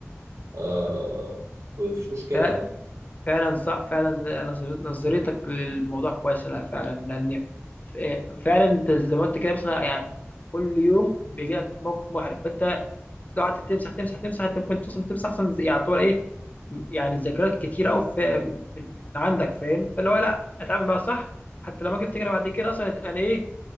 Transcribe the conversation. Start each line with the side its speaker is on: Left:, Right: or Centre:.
Right: آه مفيش مشكلة
Left: ف-
Right: يعني
Left: فعلا صح فعلا نظر- نظرتك للموضوع كويسة لا فعلا لأن ف- فعلا أنت زي ما أنت كده مثلا يعني كل يوم بيجي لك موقف محرج فأنت لو قعدت تمسح تمسح تمسح أنت ممكن توصل تمسح أصلا زي- يعتبر إيه يعني ذكريات كتير أوي في من عندك فاهم فاللي هو لا أتعامل معاها صح حتى لما أجي أفتكر بعد كده أصلا أنا إيه